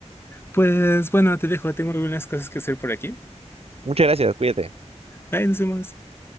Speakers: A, on the left (about 20°); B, on the right (about 55°).
A: Pues bueno, te dejo. Tengo algunas cosas que hacer por aquí.
B: Muchas gracias, cuídate.
A: Bye, nos vemos.